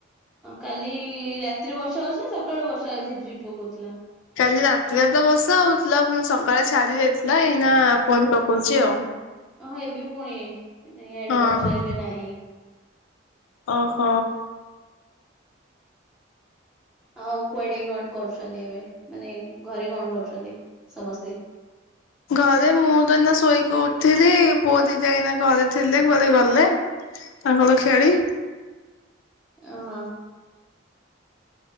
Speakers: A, in the centre; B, on the left.
A: କାଲି ରାତିରେ ବର୍ଷା ହଉଛି ନା ସକାଳୁ ବର୍ଷା ହଝିପି ଝିପି ପକଉଥିଲା?
B: କାଲି ରାତିରେ ତ ବର୍ଷା ହଉଥିଲା ପୁଣି ସକାଳେ ଛାଡ଼ି ଯାଇଥିଲା ଏଇନା ପୁଣି ପକଉଛି ଆଉ।
A: ଓହଁ ଏବେ ପୁଣି ଇଆଡେ
B: ହଁ
A: ବର୍ଷା ଏବେ ନାହିଁ।
B: ଅହ।
A: ଆଉ କୁଆଡେ କଣ କରୁଛନ୍ତି ଏବେ ମାନେ ଘରେ କଣ କରୁଛନ୍ତି ସମସ୍ତେ?
B: ଘରେ ମୁଁ ତ ଏଇନା ଶୋଇଲି ଉଠିଲି ପୁଅ ଦିଟା ଏଇନେ ଘରେ ଥିଲେ କୁଆଡେ ଗଲେ। ତାଙ୍କର ଖେଳି।
A: ଆ ହ।